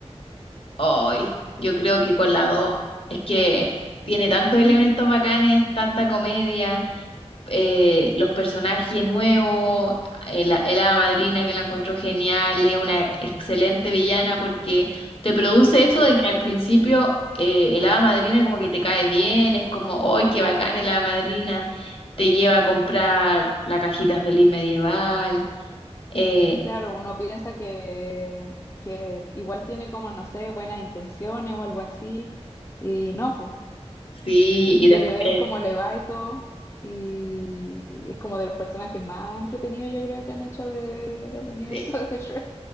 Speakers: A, on the left; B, on the left.
A: hoy, yo creo que con la dos. Es que tiene tantos
B: <laughs>
A: elementos bacanes, tanta comedia. eh, los personajes nuevos, el, el hada madrina que la encuentro genial, es una excelente villana porque te produce eso
B: Sí.
A: de que al principio eh, el hada madrina como que te cae bien, es como, ¡ay, qué bacán el hada madrina! Te lleva a comprar la cajita feliz medieval, eh,
B: Claro, uno piensa que, que igual tiene como, no sé, buenas intenciones o algo así, y no, pues,
A: sí,
B: y quiere
A: y después,
B: ver cómo le va y todo, y es como de los personajes más entretenidos yo creo que han hecho de, del universo
A: eh,
B: <laughs> de Shrek.